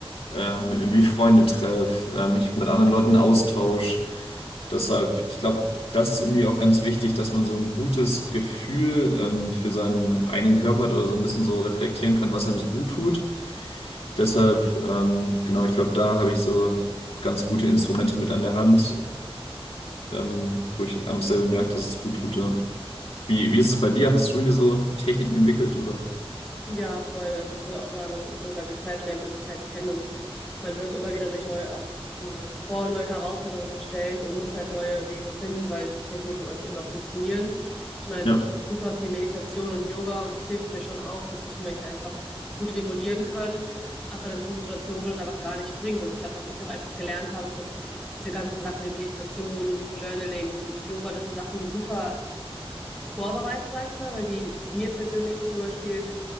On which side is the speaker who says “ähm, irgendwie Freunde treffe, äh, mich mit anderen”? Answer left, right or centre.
Left